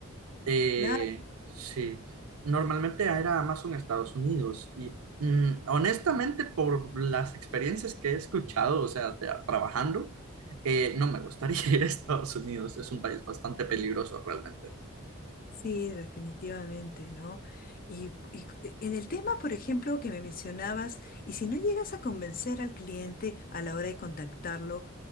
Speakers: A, on the right; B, on the left.
A: Eh,
B: Claro.
A: sí, normalmente era Amazon Estados Unidos y mm, honestamente por las experiencias que he escuchado, o sea, de- trabajando, eh, no me gustaría <laughs> ir a Estados Unidos, es un país bastante peligroso realmente.
B: Sí, definitivamente, ¿no? Y, y c- en el tema, por ejemplo, que me mencionabas, y si no llegas a convencer al cliente a la hora de contactarlo,